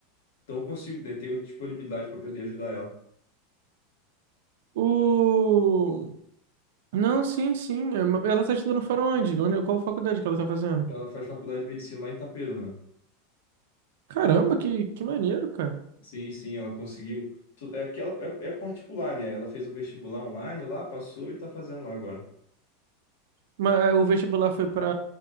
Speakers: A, on the left; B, on the right.
A: Então eu consigo, né, ter disponibilidade para poder ajudar ela.
B: O... Não, sim, sim. é, ma- Ela tá estudando fora onde? Onde- Qual faculdade que ela tá fazendo?
A: Ela faz faculdade de medicina lá em Itaperuna.
B: Caramba, que, que maneiro, cara.
A: Sim, sim, ela conseguiu. Tu- É que ela é, é particular, né? Ela fez um vestibular online lá, passou e tá fazendo lá agora.
B: Mas ah, o vestibular foi pra